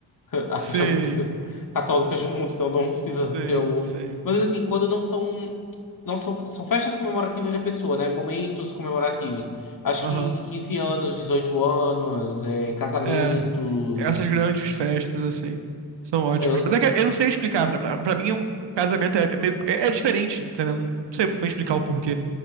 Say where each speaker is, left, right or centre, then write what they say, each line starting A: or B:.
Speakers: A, on the left (about 45°); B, on the right (about 70°).
A: Há
B: Sim,
A: questões <laughs> católicas do mundo, então não precisa
B: sim,
A: ser o.
B: sim.
A: Mas assim, quando não são. Não são, são festas comemorativas da pessoa, né? Momentos comemorativos. Acho
B: Aham.
A: que 15 anos, 18 anos, é, casamentos.
B: É, essas grandes festas, assim, são ótimas.
A: Eu,
B: Mas é que eu não sei explicar. Pra, pra pra mim, é um casamento é, é meio. É, é diferente, entendeu? Não sei muito bem explicar o porquê.